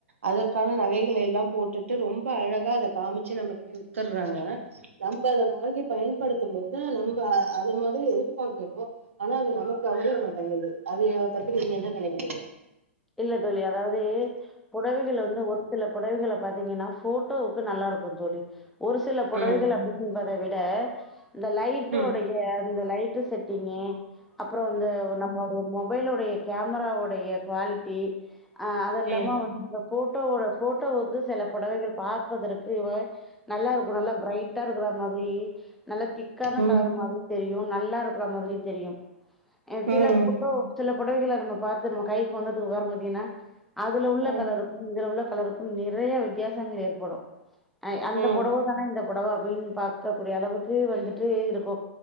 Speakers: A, on the right (about 85°); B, in the centre.
A: அதற்கான நகைய நகைகலேலா போட்டுட்டு ரொம்ப அழகா அத காமிச்சு நம்ம கிட்ட வித்தற்றாங்க நம்ப அத வாங்கி ப பயன்படுத்தும் போதுதா நம்ம அது மாதிரி எதிர்பாக்குறோ ஆனா அது நமக்கு அமைய மாட்டேங்குது அது பத்தி நீங்க என்ன நெனைக்கிறீங்க
B: இல்ல தோழி அதாவது புடவைகள் வந்து ஒரு சில புடவைகள பாத்தீங்கன்னா போட்டோவுக்கு நல்லாருக்கு தோழி ஒரு சில புடவைகள்
A: ம்
B: அப்டிம்பத விட இந்த லைட்டோடைய
A: ம்
B: இந்த லைட்டு செட்டிங்கு அப்பறோ இந்த நம்மோடைய மொபைலுடைய கேமராவுடைய குவாலிட்டி ஆ அது
A: ம்
B: இல்லாம வந்து போட்டோவோட போட்டோவுக்கு சில புடவைகள் பார்ப்பதற்க் கு வ நல்லாருக்கு நல்லா பிரைட்டா இருக்குற மாரி நல்லா திக்கான
A: ம்
B: கலர் மாரியு தெரியு நல்லா இருக்கற மாதிரியு தெரியும்
A: ம்
B: சில போட்டோ சில புடவைகள நம்ம பாத்து நம்ம கைக்கு வந்ததுக் அப்பறோ பாத்தீங்கனா அதுல உள்ள
A: ம் ம்
B: கலருக்கு இதுல உள்ள கலருக்கும் நிறைய வித்தியாசங்கள் ஏற்படு அ அந்த
A: ம்
B: புடவ தான இந்த புடவ அப்டின் பாக்கக்கூடிய அளவுக்கு வந்துட்டு இருக்கு